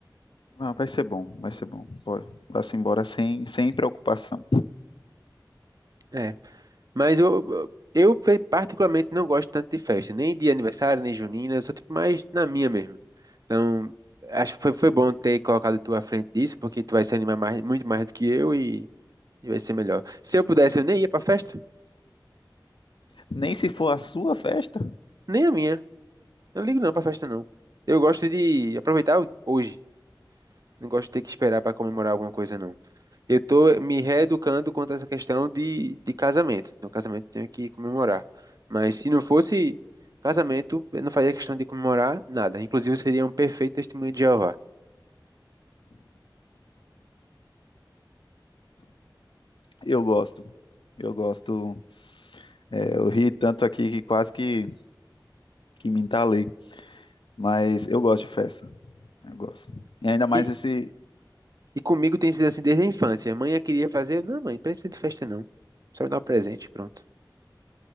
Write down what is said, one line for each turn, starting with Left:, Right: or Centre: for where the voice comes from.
Left: Ah, vai ser bom, vai ser bom. Pode, vá-se embora sem, sem preocupação.
Right: É, mas eu, eu eu, particularmente não gosto tanto de festa, nem de aniversário, nem junina, eu sou tipo mais na minha mesmo. Então, acho que foi, foi bom ter colocado tu à frente disso, porque tu vai se animar mais, muito mais do que eu e, e vai ser melhor. Se eu pudesse, eu nem ia pra festa,
Left: Nem se for a sua festa.
Right: nem a minha. Eu não ligo não pra festa, não. Eu gosto de aproveitar o- hoje, não gosto de ter que esperar pra comemorar alguma coisa, não. Eu tô me reeducando quanto a essa questão de, de casamento. No casamento tenho que comemorar. Mas se não fosse casamento, eu não faria questão de comemorar nada. Inclusive, eu seria um perfeito testemunho de Jeová.
Left: Eu gosto. Eu gosto. É, eu ri tanto aqui que quase que, que me entalei. Mas eu gosto de festa. Eu gosto. E ainda mais
Right: E,
Left: esse.
Right: e comigo tem sido assim desde a infância. A mãe queria fazer. eu, Não, mãe, não precisa de festa, não. Só me dá um presente, pronto.